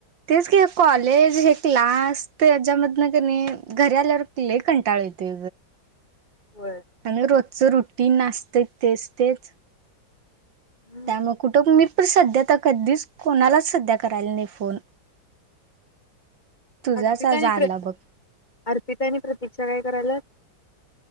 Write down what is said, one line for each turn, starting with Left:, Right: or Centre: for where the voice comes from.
Right: तेच की कॉलेज हे क्लास त्याच्यामधन क नाही घरी आल्यावरले कंटाळ यते
Left: होय
Right: हंग रोत च रुटीन नासतं तेच तेच
Left: हम्म.
Right: त्यामुळे कुठं मी प सध्या तर कधीच कोणालाच सध्या करायला नाही फोन तुझाच
Left: अर्पितानी
Right: आज आला
Left: प्र
Right: बघ
Left: अर्पिितनी प्रतीक्षा काय करायला